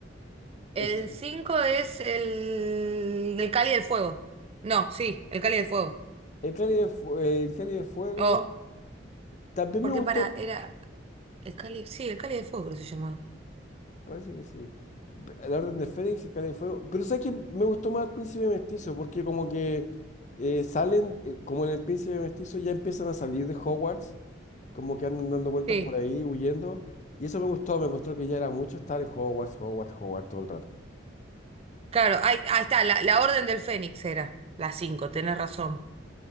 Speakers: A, on the right; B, on the left.
A: El
B: El, cin-
A: 5 es el, el Cali del Fuego. No, sí, el Cali del Fuego.
B: el Cáliz de, Fu- el Cáliz de Fuego.
A: O,
B: También
A: porque
B: me gustó,
A: para, era el Cali, sí, el Cali del Fuego creo que se llamaba.
B: parece que sí. La Orden de Fénix, el Cáliz de Fuego. Pero sabes que me gustó más el Príncipe Mestizo, porque como que eh, salen, eh, como en el Príncipe Mestizo ya empiezan a salir de Hogwarts, como que andan dando vueltas
A: Sí.
B: por ahí, huyendo. Y eso me gustó, me encontró que ya era mucho estar en Hogwarts, Hogwarts, Hogwarts todo el rato.
A: Claro, ahí, ahí está, la, la Orden del Fénix era, la 5. tenés razón.